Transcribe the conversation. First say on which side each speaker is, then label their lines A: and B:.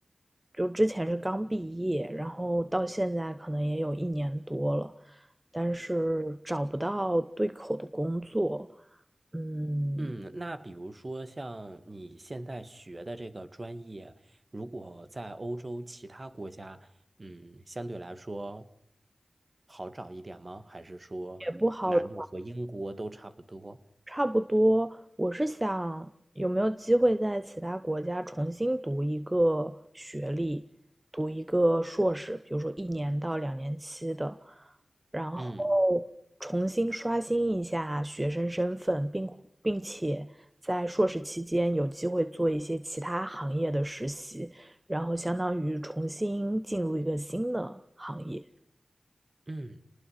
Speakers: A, on the right (about 25°); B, on the right (about 45°).
A: 就之前是刚毕业，然后到现在可能也有一年多了，但是找不到对口的工作，嗯，
B: 嗯，那比如说像你现在学的这个专业，如果在欧洲其他国家，嗯，相对来说好找一点吗？还是说难度和英国都差不多？
A: 也不好找差不多，我是想有没有机会在其他国家重新读一个学历，读一个硕士，比如说一年到两年期的，然后
B: 嗯
A: 重新刷新一下学生身份，并并且在硕士期间有机会做一些其他行业的实习，然后相当于重新进入一个新的行业。
B: 嗯，